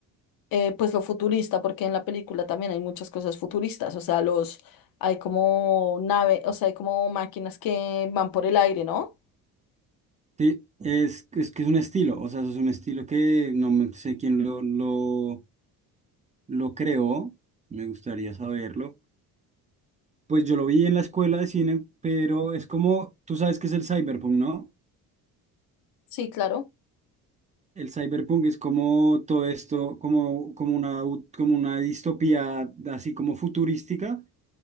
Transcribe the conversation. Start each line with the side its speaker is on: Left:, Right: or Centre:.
Left: eh, pues lo futurista, porque en la película también hay muchas cosas futuristas, o sea, los, hay como nave, o sea, hay como máquinas que van por el aire, ¿no?
Right: Sí, es, es que es un estilo, o sea, eso es un estilo que no me sé quién lo, lo, lo creó, me gustaría saberlo Pues yo lo vi en la escuela de cine, pero es como, tú sabes que es el cyberpunk, ¿no?
Left: Sí, claro.
Right: El cyberpunk es como todo esto, como, como una, u- como una distopía así como futurística,